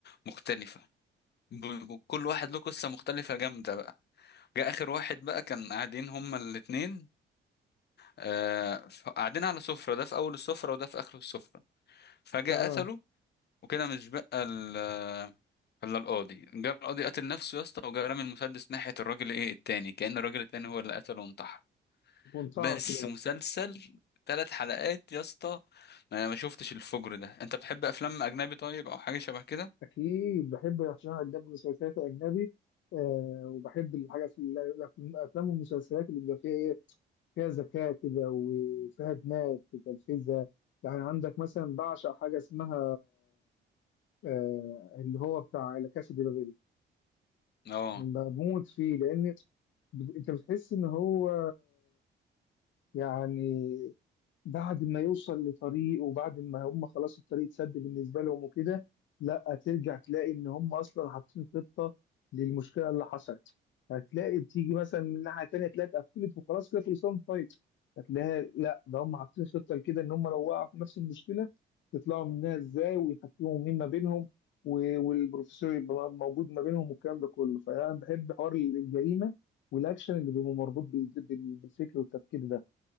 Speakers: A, on the left; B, on the left.
A: مختلفة ب- ب- كل واحد له قصة مختلفة جامدة بقى جه آخر واحد بقى كان قاعدين هما الاتنين آه ف- قاعدين على سفرة ده في أول السفرة وده في آخر السفرة فجأة
B: ده
A: قتله وكده مش بقى ال آه، إلا القاضي جه القاضي قتل نفسه يا اسطى وجه رامي المسدس ناحية الراجل إيه التاني كأن الراجل التاني هو اللي قتله وانتحر
B: منتهى
A: بس
B: الخلاف
A: مسلسل ثلاث حلقات يا اسطى ما انا ما شفتش الفجر ده انت بتحب افلام اجنبي طيب او حاجه شبه كده
B: اكيد بحب عشان انا اجنبي مسلسلات اجنبي آه وبحب الحاجات ال- الافلام والمسلسلات اللي بيبقى فيها ايه فيها ذكاء كده وفيها دماغ في تنفيذها يعني عندك مثلا بعشق حاجه اسمها آه اللي هو بتاع لا كاسا دي بابيل
A: اه
B: بموت فيه لان بت- انت بتحس ان هو يعني بعد ما يوصل لطريق وبعد ما هم خلاص الطريق اتسد بالنسبه لهم وكده لا ترجع تلاقي ان هم اصلا حاطين خطه للمشكله اللي حصلت هتلاقي بتيجي مثلا من الناحيه التانيه تلاقي اتقفلت وخلاص كده خلصان الفايت هتلاقي لا ده هم حاطين خطه لكده ان هم لو وقعوا في نفس المشكله يطلعوا منها ازاي ويحكموا مين ما بينهم و- والبروفيسور يبقى موجود ما بينهم والكلام ده كله فانا بحب حوار الجريمه والاكشن اللي بيبقى مربوط بال- بال- بالفكر والتفكير ده